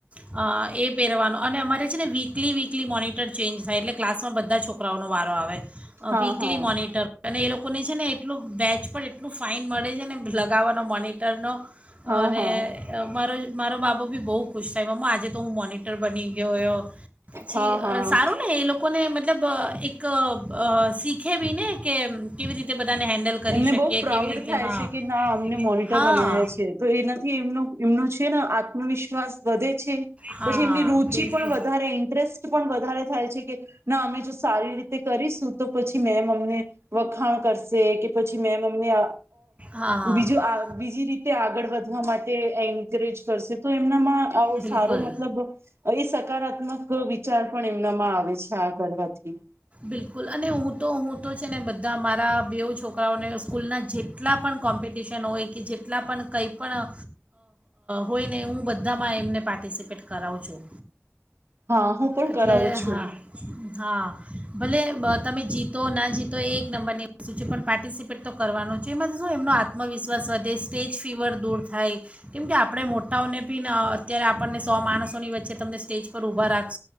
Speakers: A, on the right; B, on the right.
A: અ. પહેરવાનો અને અમારે છે ને વીકલી વીકલી મોનિટર ચેન્જ થાય એટલે ક્લાસમાં બધા છોકરાઓનો વારો આવે. અ
B: હા
A: વીકલી
B: હા
A: મોનિટર અને લોકોને છે ને એટલું બેચ પર એટલું ફાઇન મળે છે. ને લગાવાનો મોનિટરનો. અને
B: હા હા
A: મારો. મારો બાબુ બી બહુ ખુશ થાય મામમા આજે તો હું મો ટર બની ગયોયો. ચી
B: હા હા
A: સારું ને એ લો લોકોને મતલબ‌ અ એક અ શીખે બીને કે કેવી રીતે. બધાને હેન્ડલ કરી
B: એમને
A: શકીએ
B: બહુ પ્રાઉડ
A: કેવી રીતે
B: થાય
A: હા
B: છે. કે ના અમને મોનિટર
A: હા
B: બનાવ્યા છે. તો એનાથી એમનો એમનો છે ન આત્મવિશ્વાસ વધે છે.
A: હા
B: પછી એમની રુચિ
A: બિલકુલ
B: પણ વધારે ઇન્ટરેસ્ટ પણ મારે થાય છે કે, ના અમે સારી રીતે કરીશું તો પછી મેમ અમને વખાણ કરશે કે. પછી મેમ અમને
A: હા
B: બીજું બીજી રીતે આગળ વધવા માટે એન્કરેજ કરશે, તો એમનામાં આવો સારો
A: બિલકુલ
B: મતલબ એ સકારાત્મક કહો વિચાર પણ એમનામાં આવે છે આ કરવાથી
A: બિલકુલ અને હું તો હું તો છે ને બધા મારા બે છોકરાઓને સ્કૂલના જેટલા પણ કોમ્પિટિશન હોય કે જેટલા પણ કંઈ પણ, હોય ને હું બધામાં એમને પાર્ટિસિપેટ કરું. કરાવુ છું.
B: હા હું પણ
A: એટલે
B: કરાવું છું
A: હા હા ભલે. તમે જીતો ના જીતો એ એક નંબરની વસ્તુ છે પણ પાર્ટિસિપેટ તો કરવાનો છે એમાંથી શું એમનો આત્મવિશ્વાસ વધે. સ્ટેજ ફીવર દૂર થાય, કેમ કે આપણે મોટાઓને બી અત્યારે આપણને સો માણસોની વચ્ચે તમને સ્ટેજ પર ઊભા રાખ.